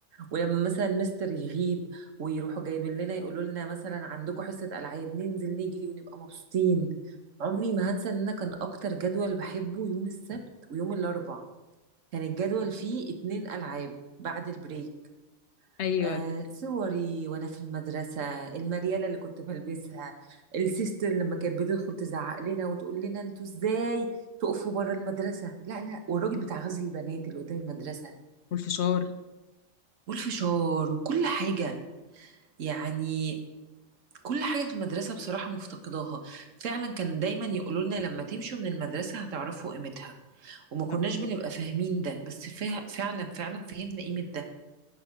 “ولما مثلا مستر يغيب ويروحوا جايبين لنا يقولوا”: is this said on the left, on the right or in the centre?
Right